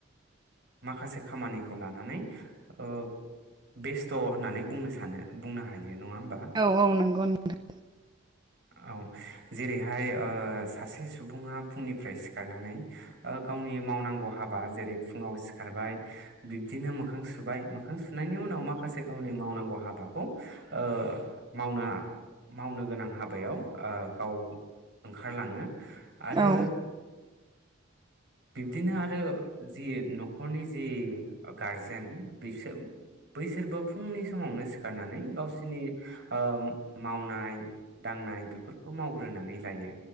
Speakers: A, on the right; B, on the right.
A: माखासे खामानिखौ लानानै ओ बेस्थ होननानै बुंनो सानो बुंनो हायो नङा होमबा?
B: औ औ नोंगौ नोंथां।
A: औ जेरैहाय ओ सासे सुबुङा फुंनिफ्राय सि सिखारनानै गावनि मावनांगौ हाबा जेरै फुङाव सिखारबाय बिब्दिनो मोखां सुबाय मोखां सुनायनि उनाव माखासे गावनि मावनांगौ हाबाखौ ओ मावनो मावनो गोनां हाबायाव ओ गाव ओंखारलाङो।
B: नोंथां
A: आरो
B: औ
A: <inaudible> बिब्दिनो आरो जि नखरनि जि गारजेन बिसोर बैसोरबो फुंनि समावनो सिखारनानै गावसिरनि ओ मावनाय दांनाय बेफोरखौ मावग्रोनानै लायो